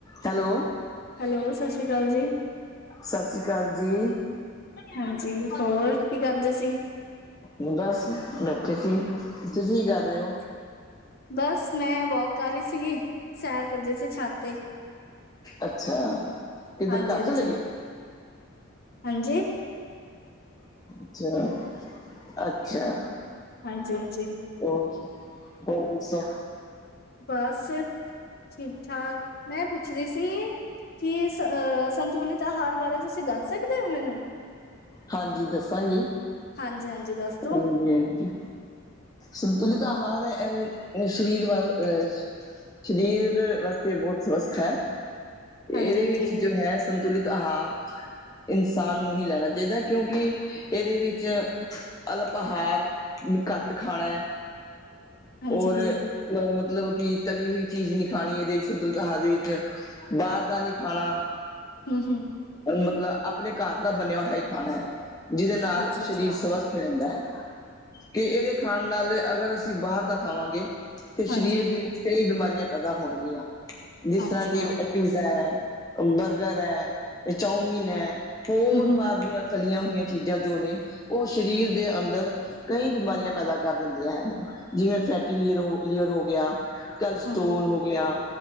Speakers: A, on the left; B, on the left.
A: Hello
B: hello, ਸਤਿ ਸ਼੍ਰੀ ਅਕਾਲ ਜੀ।
A: ਸਤਿ ਸ਼੍ਰੀ ਅਕਾਲ ਜੀ।
B: ਹਾਂਜੀ। ਹੋਰ, ਕੀ ਕਰਦੇ ਸੀ?
A: ਓ ਗੱਸ ਬੈਠੇ ਸੀ। ਤੁਸੀਂ ਕਰ ਰਹੇ
B: ਅੱਛਾ
A: ਹੋ
B: ਬਸ ਮੈਂ ਵੋਕ ਕਰ ਰਹੀ ਸੀਗੀ। ਸੈਰ ਕਰਦੇ ਸੀੇ ਛਤ ਤੇ
A: ਅੱਛਾ। ਇੱਧਰ
B: ਹਾਂਜੀ
A: ਘਰ
B: ਹਾਂਜੀ
A: ਚਲੇ ਗਏ ਓ।
B: ਹਾਂਜੀ
A: ਅੱਛਾ। ਅੱਛਾ
B: ਹਾਂਜੀ ਹਾਂਜੀ
A: ਉਕੇ। ਹੋਰ ਦਸੋ?
B: ਬਸ ਠੀਕ-ਠਾਕ ਮੈਂ ਪੁੱਛ ਰੀ ਸੀ ਕੀ ਸੰਤੁਲਿਤ ਆਹਾਰ ਬਾਰੇ ਤੁਸੀਂ ਦੱਸ ਸਕਦੇ ਹੋ ਮੈਨੂੰ?
A: ਹਾਂਜੀ ਦਸਾਂਗੀ,
B: ਹਾਂਜੀ ਹਾਂਜੀ ਦੱਸ
A: ਹਾਂਜੀ-ਹਾਂਜੀ।
B: ਦੋ
A: ਸੰਤੁਲਿਤ ਆਹਾਰ ਅ ਸ਼ਰੀਰ ਵੱਲ ਅਹ ਸ਼ਰੀਰ ਵਾਸਤੇ ਬਹੁਤ ਸਵਸੱਥ ਹੈ। ਇਹਦੇ
B: ਹਾਂਜੀ ਹਾਂਜੀ
A: ਵਿੱਚ ਜੋ ਹੈ ਸੰਤੁਲਿਤ ਆਹਾਰ, ਇਨਸਾਨ ਨੂੰ ਹੀ ਲੈਣਾ ਆਹੀਦਾ, ਕਿਉਂਕਿ ਇਹਦੇ ਵਿੱਚ ਅਲਪਹਾਰ ਵੀ ਘੱਟ ਖਾਣਾ ਹੈ।
B: ਹਾਂਜੀ
A: ਔਰ
B: ਹਾਂਜੀ
A: ਅ ਮਤਲਬ ਕਿ ਤਲੀ ਹੋਈ ਚੀਜ਼ ਨੀ ਖਾਣੀ ਇਹਦੇ ਸਤੁਲਤ ਆਹਾਰ ਵਿੱਚ। ਬਾਰ ਦਾ ਨੀ ਖਾਣਾ।
B: <unintelligible>
A: ਅ ਮਤਲਬ ਆਪਣੇ ਘਰ ਦਾ ਬਣਿਆ ਹੋਇਆ ਹੀ ਖਾਣਾ ਹੈ ਜਿਹਦੇ ਨਾਲ
B: ਅੱਛਾ ਅੱਛਾ
A: ਸਰੀਰ ਸਵਸਥ ਰਹਦਾ ਹੈ ਤੇ ਇਹਦੇ ਖਾਣ ਨਾਲ ਅਗਰ ਅਸੀਂ ਬਾਹਰ ਦਾ ਖਾਵਾਂਗੇ ਤੇ
B: ਹਾਂਜੀ
A: ਸਰੀਰ ਦੇ ਵਿੱਚ ਕਈ ਬਿਮਾਰੀਆਂ ਪੈਦਾ ਹੋਣਗੀਆਂ ਜਿਸ ਤਰ੍ਹਾਂ
B: ਅੱਛਾ
A: ਕਿ ਬਰਗਰ ਹੈ ਚਮਿਨ ਹੈ ਹੋਰ
B: ਹਮ ਹਮ
A: ਬਾਹਾਰ ਦੀਆਂ ਚਲੀਆਂ ਹੋਈਆਂ ਚੀਜ਼ਾਂ ਜੋ ਨੇ ਉਹ ਸਰੀਰ ਦੇ ਅੰਦਰ ਕਈ ਬਿਮਾਰੀਆਂ ਪੈਦਾ ਕਰ ਦਿੰਦੀਆਂ ਹਨ ਜਿਵੇਂ ਫੈਟੀ ਲਰ ਲੀਅਰ ਹੋ ਗਿਆ। ਕਲਸਤੋਲ
B: ਹਾਂਜੀ
A: ਹੋ ਗਿਆ